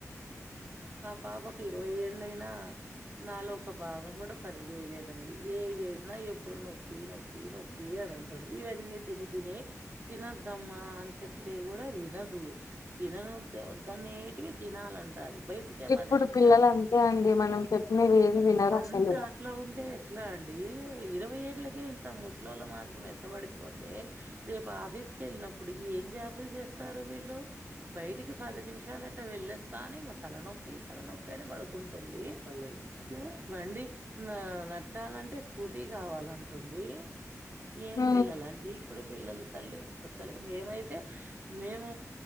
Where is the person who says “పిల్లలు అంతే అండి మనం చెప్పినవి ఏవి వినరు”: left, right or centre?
Left